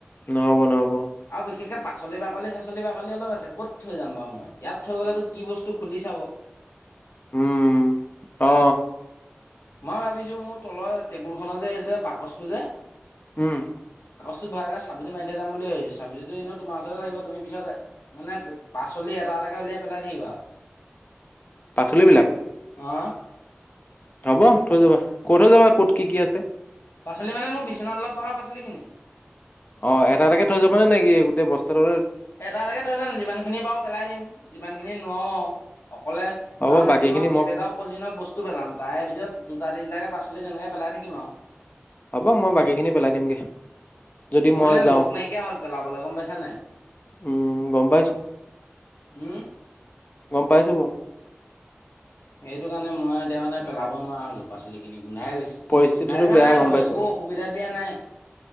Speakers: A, on the left; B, on the left.
A: নহ'ব নহ'ব
B: আৰু বিশেষকে পাচলি বাকলি চাচলি বাকলি অলপ আছে ক'ত থৈ যাম বাৰু মই ইয়াত থৈ গ'লেতো কি বস্তু খুলি চাব
A: উম অ
B: মই ভাবিছো মোৰ তলৰ টেবুল খনৰ যে এই যে বাকচটো যে
A: উম।
B: ভৰা পেলাই চাবিতটো মাৰি যাম বুলি ভাবিছো চাবিতটো এনেও তোমাৰ ওচৰতে থাক তুমি পিছত মানে পাচলি এটা এটা তাকে উলিয়াই পেলাই থাকিবা আৰু।
A: পাচলিবিলক।
B: অ'।
A: হ'ব থৈ যাবা কৈ থৈ যাবা ক'ত কি কি আছে।
B: পাচলি মানে মোৰ বিচনা তলত থকা পাচলি খিনি।
A: অ' এটা এটাকে থৈ যাব নে নেকি গোটেই বস্তাটো
B: এটা এটাকে থৈ যাম যিমান খিনি বাৰু পেলাই দিম, যিমান খিনি নোৱাৰো আৰু। অকলে
A: হ'ব
B: কাৰণ
A: বাকীখিনি
B: আজি মই কেইবাটাও পলিথিনৰত বস্তু পেলাম তাৰে ভিতৰত দুটা তিনটাকে পাছ লি তেনেকে পেলাই থাকিম আৰু
A: হ'ব মই বাকীখিনি পেলাই দিমগে যদি
B: মোৰ
A: মই
B: মানে
A: যাওঁ
B: লগ নাইকিয়া হ'ল পেলাবলৈ গম পাইছানে
A: উম গম পাইছো
B: উম,
A: গম পাইছো বৌ
B: সেইটো কাৰণে মই এতিয়া মানে পেলাব নোৱাৰা হলো পাচলি খিনি গোন্ধাই গৈছে
A: পৰিস্থিতিটো
B: গোন্ধাই যোৱা
A: বেয়া
B: নাই
A: গম
B: বাৰু
A: পাইছো
B: একো অসুবিধা দিয়া নাই।